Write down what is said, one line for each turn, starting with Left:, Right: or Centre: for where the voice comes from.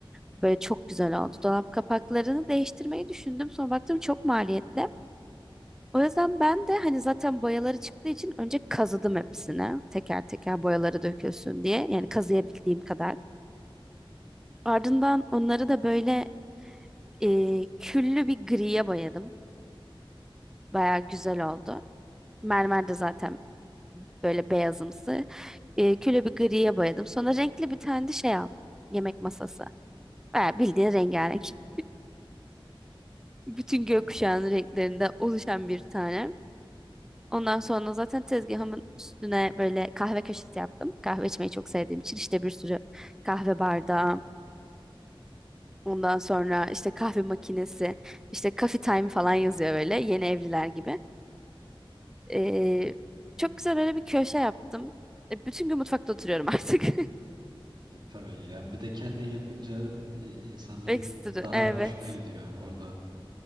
Centre: Böyle çok güzel oldu. Dolap kapaklarını değiştirmeyi düşündüm. Sonra baktım çok maliyetli. O yüzden ben de hani zaten boyaları çıktığı için önce kazıdım hepsini. Teker teker boyaları dökülsün diye. Yani kazıyabildiğim kadar. Ardından onları da böyle e, küllü bir griye boyadım. Baya güzel oldu. Mermer de zaten böyle beyazımsı. E, küllü bir griye boyadım. Sonra renkli bir tane de şey aldım. Yemek masası. Baya bildiğin rengarenk. <laughs> Bütün gökkuşağının
Right: Ee,
Centre: renklerinde oluşan bir tane. Ondan sonra zaten tezgahımın üstüne böyle kahve köşesi yaptım. Kahve içmeyi çok sevdiğim için işte bir sürü kahve bardağı, ondan sonra işte kahve makinesi, işte coffee time falan yazıyor böyle yeni evliler gibi. Ee, çok güzel öyle bir köşe yaptım. E, bütün gün mutfakta oturuyorum artık. <laughs>
Right: E, tabii yani bir de kendin yapınca e, insan böyle
Centre: Ekstra.
Right: daha
Centre: Evet.
Right: hoşuna gidiyor orada